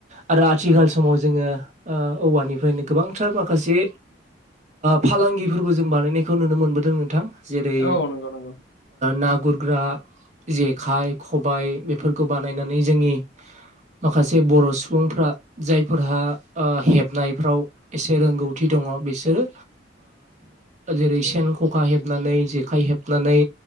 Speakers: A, on the right; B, on the left.
A: आरो आथिखा
B: औ
A: लाव जोङो औवानिफ्रायनो गोबांथार माखासे फालांगिफोरबो जों बानायनायखौ नुनो मोनबोदों नोंथां जेरै
B: औ नंगौ नंगौ
A: ना गुरग्रा जेखाइ खबाय बेफोरखौ बानायनानै जोंनि माखासे बर' सुबुंफ्रा जायफोरहा हेबनायफ्राव एसे रोंगौथि दङ बिसोरो जेरै सेन खखा हेबनानै जेखाइ हेबनानै